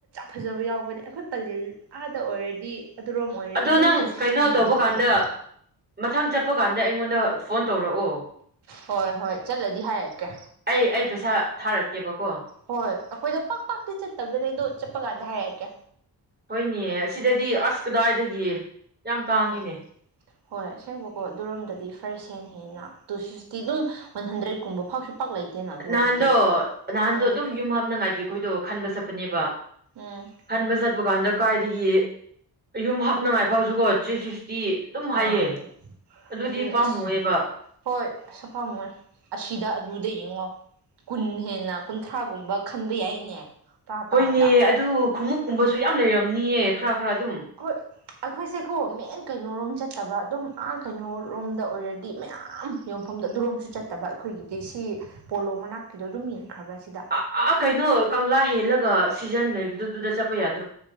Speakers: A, on the right; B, on the right.
A: ꯐꯖꯕ ꯌꯥꯎꯕꯅꯦ ꯑꯩꯈꯣꯏ ꯄꯂꯦꯜ ꯑꯥꯗ ꯑꯣꯏꯔꯗꯤ ꯑꯗꯨꯔꯣꯝ ꯑꯣꯏꯔꯗꯤ
B: ꯑꯗꯣ
A: ꯑꯗꯨꯝ
B: ꯅꯪ
A: ꯇꯨ ꯐꯤꯐꯇꯤꯒꯨꯝꯕ
B: ꯀꯩꯅꯣ ꯇꯧꯕ ꯀꯥꯟꯗ
A: ꯑꯣꯏꯒꯅꯤ
B: ꯃꯊꯪ ꯆꯠꯄ ꯀꯥꯟꯗ ꯑꯩꯉꯣꯟꯗ ꯐꯣꯟ ꯇꯧꯔꯛꯑꯣ
A: ꯍꯣꯏ ꯍꯣꯏ ꯆꯠꯂꯗꯤ ꯍꯥꯏꯔꯛꯀꯦ
B: ꯑꯩ ꯑꯩ ꯄꯩꯁꯥ ꯊꯥꯔꯛꯀꯦꯕꯀꯣ
A: ꯍꯣꯏ ꯑꯩꯈꯣꯏꯗꯣ ꯄꯥꯛ ꯄꯥꯛꯇꯤ ꯆꯠꯇꯕꯅꯤ ꯑꯗꯣ ꯆꯠꯄ ꯀꯥꯟꯗ ꯍꯥꯏꯔꯛꯀꯦ
B: ꯍꯣꯏꯅꯦ ꯁꯤꯗꯗꯤ ꯑꯁ ꯀꯗꯥꯏꯗꯒꯤ ꯌꯥꯝ ꯇꯥꯡꯉꯤꯅꯦ
A: ꯎꯝ ꯍꯣꯏ ꯁꯦꯡꯕꯀꯣ ꯑꯗꯨꯔꯣꯝꯗꯗꯤ ꯐꯔꯦꯁ ꯍꯦꯟꯅ ꯍꯦꯟꯅ ꯇꯨ ꯐꯤꯐꯇꯤ ꯑꯗꯨꯝ ꯋꯥꯟ ꯍꯟꯗ꯭ꯔꯦꯗꯀꯨꯝꯕ ꯐꯥꯎꯁꯨ ꯄꯥꯛ ꯂꯩꯇꯦꯅ ꯑꯗꯨꯔꯣꯝꯗꯤ
B: ꯅꯍꯥꯟꯗꯣ ꯅꯍꯥꯟꯗꯣ
A: ꯎꯝ
B: ꯑꯗꯨꯝ ꯌꯨꯝ ꯍꯥꯞꯅꯉꯥꯏꯒꯤ ꯑꯩꯈꯣꯏꯗꯣ ꯈꯟꯕ ꯆꯠꯄꯅꯦꯕ
A: ꯎꯝ
B: ꯈꯟꯕ ꯆꯠꯄ ꯀꯥꯟꯗ ꯀꯥꯏꯗꯒꯤ ꯒꯤ ꯌꯨꯝ ꯍꯥꯞꯅꯉꯥꯏ ꯐꯥꯎꯁꯨ ꯀꯣ ꯊ꯭ꯔꯤ ꯐꯤꯐꯇꯤ ꯑꯗꯨꯝ ꯍꯥꯏꯌꯦ
A: ꯑꯥ ꯑꯗꯨ
B: ꯑꯗꯨꯗꯤ
A: ꯑꯗꯨꯅ
B: ꯄꯥꯝꯃꯨꯑꯦꯕ
A: ꯑꯁ ꯍꯣꯏ ꯑꯁ ꯄꯩꯁꯥ ꯄꯥꯝꯃꯨꯔꯦ ꯑꯁꯤꯗ ꯑꯗꯨꯗ ꯌꯦꯡꯉꯣ ꯀꯨꯟ ꯍꯦꯟꯅ ꯀꯨꯟꯊ꯭ꯔꯥꯒꯨꯝꯕ ꯈꯟꯕ ꯌꯥꯏꯅꯦ ꯇꯔꯥ
B: ꯍꯣꯏꯅꯦ
A: ꯇꯔꯥꯗ
B: ꯑꯗꯨ ꯈꯣꯡꯎꯞꯀꯨꯝꯕꯁꯨ ꯌꯥꯝ ꯂꯩꯔꯝꯅꯤꯌꯦ ꯈꯔꯥ ꯑꯗꯨꯝ
A: ꯍꯣꯏ ꯑꯩꯈꯣꯏꯁꯦꯀꯣ ꯃꯦꯟ ꯀꯩꯅꯣꯔꯣꯝ ꯆꯠꯇꯕ ꯑꯗꯨꯝ ꯑꯥ ꯀꯩꯅꯣꯔꯣꯝꯗ ꯑꯣꯏꯔꯗꯤ ꯃꯌꯥꯝ ꯌꯣꯟꯐꯝꯗ ꯑꯗꯨꯔꯣꯝꯁꯨ ꯆꯠꯇꯕ ꯑꯩꯈꯣꯏꯒꯤꯗꯤ ꯁꯤ ꯄꯣꯂꯣ ꯃꯅꯥꯛꯀꯤꯗꯣ ꯑꯗꯨꯝ ꯌꯦꯡꯈ꯭ꯔꯕ ꯁꯤꯗ
B: ꯑ ꯑ ꯀꯩꯅꯣ ꯀꯪꯂꯥ ꯍꯦꯜꯂꯒ ꯁꯤꯖꯟ ꯂꯩꯕꯗꯨꯗꯨꯗ ꯆꯠꯄ ꯌꯥꯗꯦ